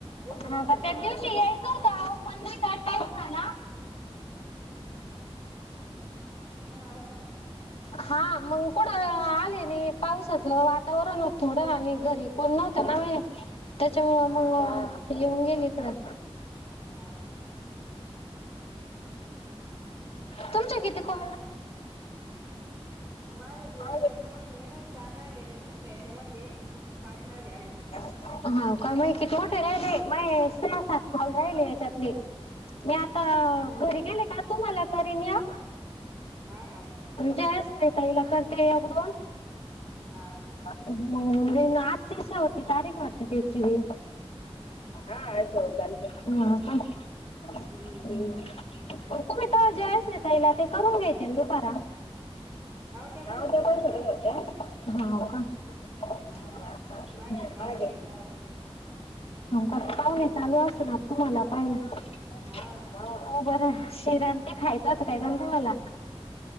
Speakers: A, on the right; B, on the left.
A: उठता
B: <unintelligible> त्या
A: बसता येतंय आता.
B: दिवशी यायचं होत अहो पण नाही का टाईम झाला
A: हा का?
B: हा मंग कुट आले नाही पावसाच वातावरण हो थोडं आणि घरी कोण नव्हतं ना <unintelligible> त्याच्यामूळ
A: हा
B: मग
A: हा
B: येऊन गेले इकडं
A: हा
B: तुमच्या किती कॉ
A: काय माझ्या ते
B: हा
A: एक यायाच्या मधले चार राहिले दुसऱ्या यायाच्या मधले पाच राहिले अजून
B: हा का माहे किती मोठे राहिले माहे सहा सात कॉल राहिले याच्यातले मी आता घरी गेले का तुम्हाला करीन एक
A: हा हा चालेल.
B: जयश्री ताई ला करते एक, दोन
A: हा
B: होेन जाईन आजची शेवटची तारीख वाटतं त्याची बी हा आज शेवटची तारीख येना हा का हम्मं
A: हम्म
B: तुम्ही तव जयश्री ताईंला ते करून घ्यायचे दुपारा
A: त्या
B: अहो
A: शेतात
B: त्याया पण
A: होत्या.
B: सरच होत्या हाव का <unintelligible>
A: हा माझ्या घरी पाहुणे
B: हा
A: आले होते तवा त्याची
B: का पाहुणे चालू असल आता तुम्हाला पाहिला
A: हा
B: हो बरं शिरा अन ते खायच अस काय गंगू मला